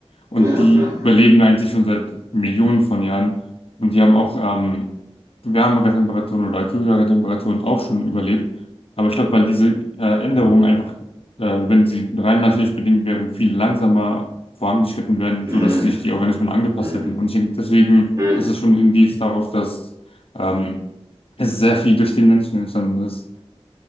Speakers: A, on the left; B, on the right.
A: Und
B: Ja. Ja.
A: die
B: Ja.
A: überleben eigentlich schon seit Millionen von Jahren. Und die haben auch ähm, wärmere Temperaturen oder kühlere Temperaturen auch schon überlebt. Aber ich glaube, weil diese äh, Änderungen einfach, äh, wenn sie rein natürlich bedingt wären, viel langsamer vorangeschritten werden,
B: Mhm.
A: sodass sich die Organismen angepasst
B: Mhm.
A: hätten. Und ich denke, deswegen
B: Mhm.
A: ist es schon ein Indiz darauf, dass ähm, es sehr viel durch den Menschen entstanden ist.